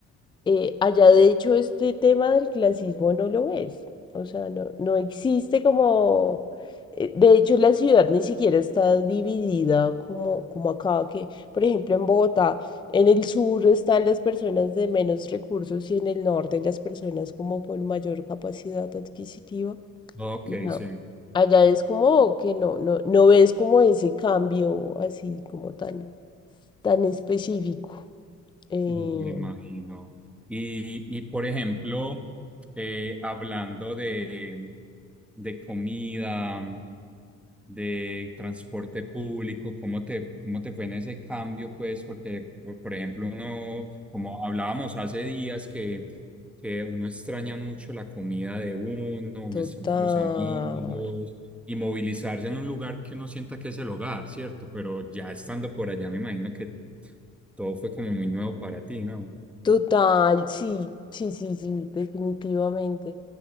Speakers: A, on the left (about 15°); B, in the centre.
A: eh, allá de hecho este tema del clasismo no lo ves, o sea, no, no existe como, eh, de hecho la ciudad ni siquiera está dividida como, como acá, que por ejemplo en Bogotá, en el sur están las personas de menos recursos y en el norte las personas como con mayor capacidad adquisitiva.
B: Ok,
A: No,
B: sí.
A: allá es como que no, no, no ves como ese cambio así como tan, tan específico. eh,
B: Mm, Me imagino. Y, y por ejemplo, eh, hablando de, de comida, de transporte público, ¿cómo te, cómo te fue en ese cambio? Pues porque, por por ejemplo, uno, como hablábamos hace días, que, que uno extraña mucho la comida de uno, uno
A: Total,
B: extraña los amigos, y movilizarse en un lugar que uno sienta que es el hogar, ¿cierto? Pero ya estando por allá, me imagino que todo fue como muy nuevo para ti, ¿no?
A: total, sí, sí, sí, sí, definitivamente.